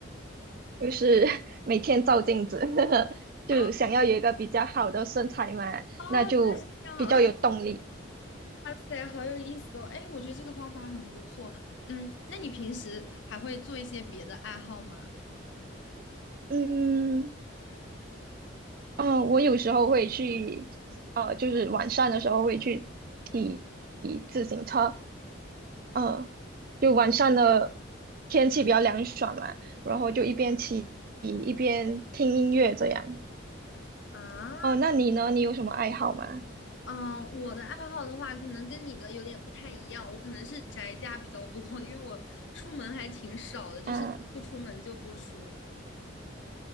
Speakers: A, on the right (about 45°); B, on the left (about 60°).
A: 就是 <laughs> 每天照镜子，<laughs> 就想要有一个比较好的身材嘛，
B: 啊，哦，
A: 那就比较有动力。
B: 原来是这样，<laughs> 哇塞，好有意思哦！哎，我觉得这个方法很不错。嗯，那你平时还会做一些别的爱好吗？
A: 嗯。哦，我有时候会去，呃，就是晚上的时候会去骑骑自行车，嗯，就晚上的天气比较凉爽嘛，然后就一边骑一边听音乐这样。
B: 啊，
A: 哦，那你呢？你有什么爱好吗？
B: 嗯，我的爱好的话，可能跟你的有点不太一样。我可能是宅家比较多，<laughs> 因为我出门还挺少的，就是不出门就不出。
A: 啊，